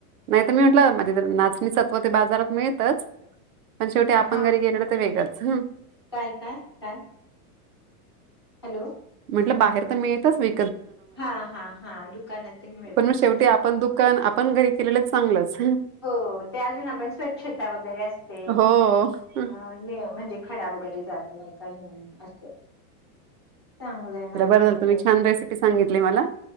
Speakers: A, on the right; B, on the left.
A: नाही तर मी म्हटलं मध्ये तर नाच. श्रीसत्व ते बाजारात मिळतच पण शेवटी आपण
B: हा
A: घरी गेलेलो ते वेगं. हम.
B: काय काय काय? हॅलो.
A: हे बाहेर तर मिळतच वे.
B: हा हा हा दुकानातही मिळत
A: मग शेवटी
B: ते.
A: आपण पण आपण घरी केलेलं चांगलं अस.
B: हो ते अजून आपण स्वच्छता वगैरे असते
A: हो हम्म
B: अ न म्हणजे. खडा वैगेरे जात. नाही काही असं. चांगलंय नाचणी
A: जे बरं झालं तुम्ही
B: ते
A: छान रेसिपी सांगितली मला